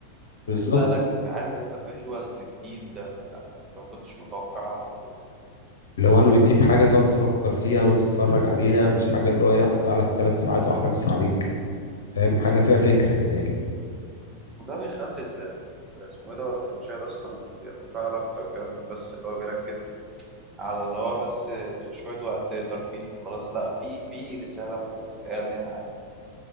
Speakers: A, on the left (about 60°); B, on the right (about 20°).
A: بالظبط
B: بيخلق لك عارف أنت فيجوالز جديد ما- ما- أنت ما كنتش متوقعها قبل كده
A: لو انا مديك حاجة تقعد تفكر فيها وتتفرج عليها مش حاجة اللي هو ايه هتضيع لك ثلاث ساعات واحلى مسا عليك فاهم حاجة فيها فكرة
B: مم.
A: كده يعني
B: وده بيخلي ال- ال- اسمه إيه دوت المشاهد أصلا بيتفاعل أكتر كده مش بس اللي هو بيركز على اللي هو بس شوية وقت ترفيه وخلاص لا في في رسالة ممكن تتقال هنا